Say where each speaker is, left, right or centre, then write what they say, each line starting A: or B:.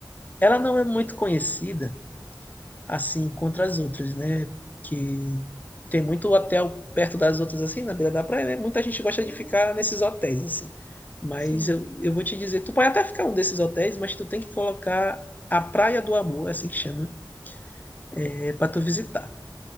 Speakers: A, on the left (about 20°); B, on the left (about 50°).
A: Ela
B: tá.
A: não é muito conhecida, assim contra as outras, né? Que tem muito hotel perto das outras, assim, na beira da praia, né? Muita gente gosta
B: Uhum,
A: de ficar nesses hotéis, assim. Mas
B: sim.
A: eu, eu vou te dizer, tu pode até ficar um desses hotéis, mas tu tem que colocar a Praia do Amor, é assim que chama, é, para tu visitar.